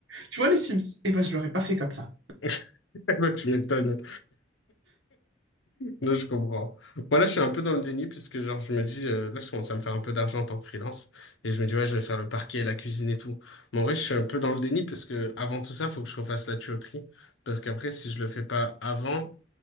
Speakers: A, on the right; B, on the left.
A: Tu vois les Sims? Eh ben, je l'aurais pas fait comme ça.
B: <laughs> Bah, tu m'étonnes. Là, je comprends. Moi, là, je suis un peu dans le déni puisque, genre, je me dis, euh, là, je commence à me faire un peu d'argent en tant que freelance et je me dis, ouais, je vais faire le parquet, la cuisine et tout. Mais en vrai, je suis un peu dans le déni parce que, avant tout ça, faut que je refasse la tuyauterie parce qu'après, si je le fais pas avant,